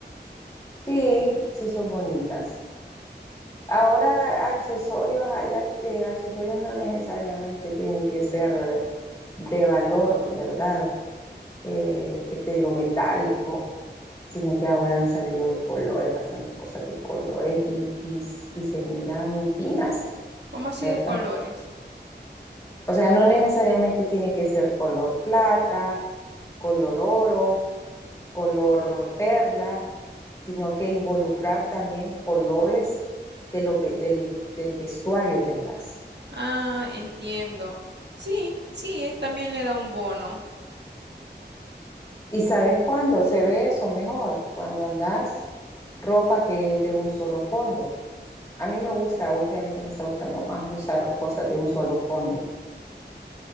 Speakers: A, on the left (about 20°); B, on the right (about 70°).
A: Sí, sí son bonitas. Ahora accesorios, hay ac- eh, accesorios no necesariamente tienen que ser de valor, ¿verdad? Eh, ¿qué te digo? Metálico. sino que ahora han salido de colores, bastantes cosas de colores y, y, y se miran finas,
B: ¿Cómo así
A: ¿verdad?
B: de colores?
A: O sea, no necesariamente tiene que ser color plata, color oro, color perla, sino que involucrar también colores de lo, ve- del, del vestuario que andas.
B: Ah, entiendo. Sí, sí, eh, también le da un bono.
A: ¿Y sabes cuándo se ve eso mejor? Cuando andas ropa que es de un solo fondo. A mí me gusta, últimamente me está gustando más usar cosas de un solo fondo.